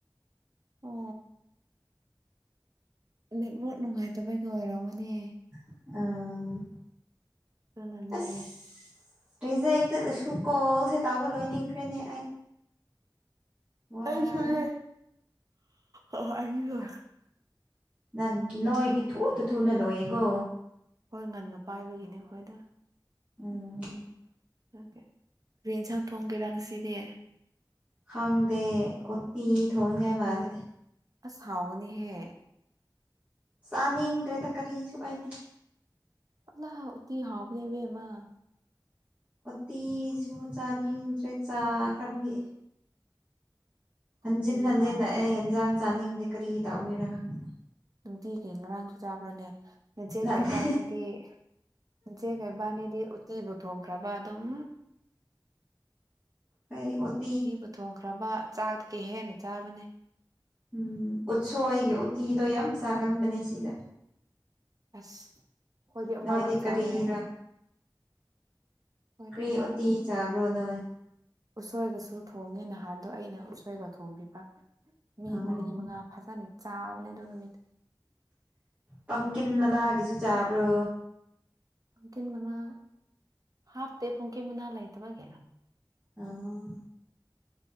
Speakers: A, on the right (about 50°); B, on the right (about 20°).
A: ꯑꯣ ꯅꯦꯠ ꯋꯥꯔꯛ ꯅꯨꯡꯉꯥꯏꯇꯕꯩꯒ ꯑꯣꯏꯔꯝꯒꯤꯅꯦ
B: ꯑꯥ
A: ꯑꯗꯨꯅꯅꯦ
B: ꯑꯁ ꯔꯤꯖꯦꯛ ꯆꯠꯂꯁꯨ ꯀꯣꯜ ꯁꯦ ꯇꯥꯎꯕ ꯂꯣꯏꯅꯤꯡꯈ꯭ꯔꯦꯅꯦ ꯑꯩ ꯋꯥꯔꯦ
A: ꯑꯩ ꯁꯨꯅꯦ ꯑꯣ ꯑꯩꯒꯤꯁꯨ
B: ꯅꯪ ꯅꯣꯏꯗꯤ ꯊꯨꯅ ꯊꯨꯅ ꯂꯣꯏꯌꯦꯀꯣ
A: ꯍꯣꯏ ꯉꯟꯅ ꯄꯥꯏꯕꯒꯤꯅꯦ ꯑꯩꯈꯣꯏꯗ
B: ꯎꯝ
A: ꯑꯣ ꯀꯔꯤ ꯌꯦꯟꯁꯥꯡ ꯊꯣꯡꯒꯦꯔ ꯉꯁꯤꯗꯤ
B: ꯈꯪꯗꯦ ꯎꯇꯤ ꯊꯣꯡꯗꯣꯏ ꯃꯥꯜꯂꯦ
A: ꯑꯁ ꯍꯥꯎꯕꯅꯤ ꯍꯦ
B: ꯆꯥꯅꯤꯡꯗ꯭ꯔꯦꯗ ꯀꯔꯤꯁꯨ ꯑꯩꯗꯤ
A: ꯏꯃꯥ ꯎꯇꯤ ꯍꯥꯥꯎꯕꯅꯦ ꯏꯕꯦꯃ
B: ꯎꯇꯤꯁꯨ ꯆꯥꯅꯤꯡꯗ꯭ꯔꯦ ꯆꯥꯈ꯭ꯔꯕꯒꯤ ꯍꯟꯖꯤꯟ
A: ꯎꯇꯤ
B: ꯍꯟꯖꯤꯟꯅ
A: ꯍꯥꯎꯋꯦ
B: ꯑꯩ ꯌꯦꯟꯖꯥꯡ ꯆꯥꯅꯤꯡꯗꯦ ꯀꯔꯤ ꯇꯧꯕꯒꯤꯔ ꯈꯪꯗꯦ
A: ꯅꯨꯡꯇꯤꯒꯤ ꯉꯔꯥꯡꯁꯨ ꯆꯥꯕ꯭ꯔꯥꯅꯦ ꯅꯆꯦꯒ
B: ꯅꯠꯇꯦ
A: ꯏꯕꯥꯅꯤꯗꯤ ꯅꯆꯦꯒ ꯏꯕꯥꯅꯤꯗꯤ ꯎꯇꯤꯕꯨ ꯊꯣꯡꯈ꯭ꯔꯕ ꯑꯗꯨꯝ
B: ꯑꯩ ꯎꯇꯤ
A: ꯎꯇꯤꯕꯨ ꯊꯣꯡꯈ꯭ꯔꯕ ꯆꯥꯛꯇꯒꯤ ꯍꯦꯟꯅ ꯆꯥꯕꯅꯦ
B: ꯎꯝ ꯎꯠꯁꯣꯏ ꯒꯤ ꯎꯇꯤꯗꯣ ꯌꯥꯝ ꯆꯥꯒꯟꯕꯅꯦ ꯁꯤꯗ
A: ꯑꯁ ꯑꯩꯗꯤ ꯑꯃꯔꯛ
B: ꯅꯣꯏꯗꯤ
A: ꯆꯥꯏꯌꯦ
B: ꯀꯔꯤꯔꯥ
A: ꯑꯩꯈꯣꯏꯗꯤ
B: ꯀ꯭ꯔꯤ
A: ꯑꯃꯔꯛ
B: ꯎꯇꯤ ꯆꯥꯕ꯭ꯔꯣ ꯅꯣꯏ
A: ꯎꯁꯣꯏꯒꯁꯨ ꯊꯣꯡꯉꯦ ꯅꯍꯥꯟꯗꯣ ꯑꯩꯅ ꯎꯁꯣꯏꯒ ꯊꯣꯡꯕꯤꯕ ꯃꯤ
B: ꯑꯣ
A: ꯃꯔꯤ ꯃꯉꯥ ꯐꯖꯅ ꯆꯥꯕꯅꯦ ꯑ ꯑꯗꯨ ꯅꯨꯃꯤꯠꯇ
B: ꯄꯝꯀꯤꯟ ꯃꯅꯥꯒꯤꯁꯨ ꯆꯥꯕ꯭ꯔꯣ
A: ꯄꯝꯀꯤꯟ ꯃꯅꯥ ꯍꯥꯞꯇꯦ ꯄꯝꯀꯤꯟ ꯃꯅꯥ ꯂꯩꯇꯕꯒꯤ
B: ꯑꯥ